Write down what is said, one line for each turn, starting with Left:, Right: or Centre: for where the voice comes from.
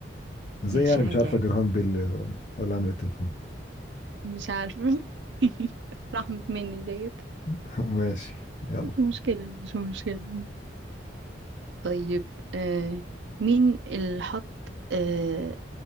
Left: ازاي
Right: ماشي
Left: يعني
Right: عادي
Left: مش عارفه
Right: عادي
Left: جراهام بيل آه، ولا عامل التليفون
Right: مش عارفه <laughs> رحمة مني ديت
Left: <laughs> ماشي يلا
Right: مش مشكلة مش مشكلة طيب آه مين اللي حط آه